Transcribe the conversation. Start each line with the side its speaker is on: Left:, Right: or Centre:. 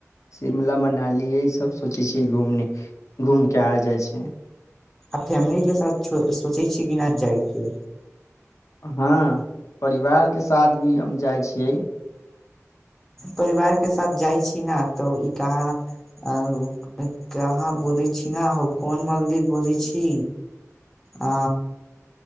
Left: शिमला मनाली यह सब सोचै छियै घूमने घूम क आ जाइ छै
Centre: आ फैमिली के साथ सोचै छिय कि नहि जायके
Left: हँ परिवारके साथ भी हम जाइ छियै
Centre: परिवार के साथ जाइ छी न तऽ ई कहाँ कहाँ बोले छी ने कोन मन्दिर बोलै छी आ